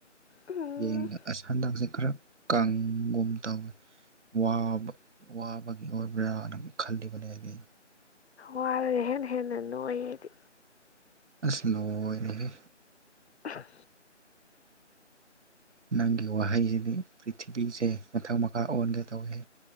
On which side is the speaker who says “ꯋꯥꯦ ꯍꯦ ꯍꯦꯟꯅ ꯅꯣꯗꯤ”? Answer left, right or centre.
Left